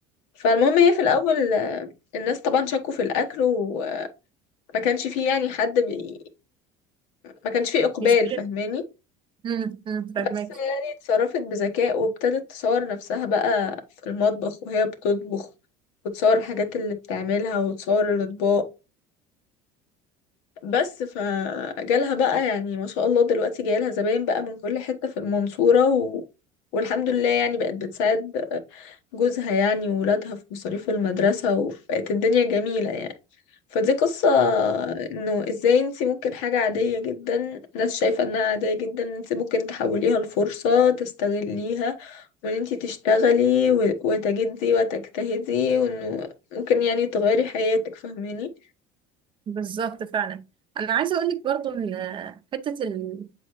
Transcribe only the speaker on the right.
مش
مم، مم،
فاهمك
بالظبط فعلا انا عايزه اقول لك برضو ان حته ال-